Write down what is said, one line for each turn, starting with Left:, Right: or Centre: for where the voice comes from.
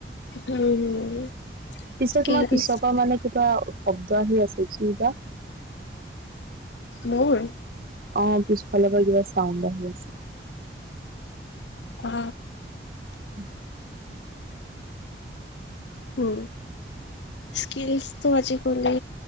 Left: উম।
Right: পিছে
Left: স্কিলছ
Right: তোমাৰ পিছৰ পৰা মানে কিবা শব্দ আহি আছে কি বা
Left: মোৰ?
Right: অ পিছফালৰ পৰা কিবা চাউণ্ড আহি আছে।
Left: অ।
Right: <unintelligible>
Left: উম। স্কিলছ তো আজিকালি